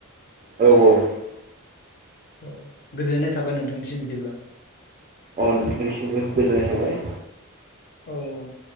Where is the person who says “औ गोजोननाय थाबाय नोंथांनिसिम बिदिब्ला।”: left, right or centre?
Left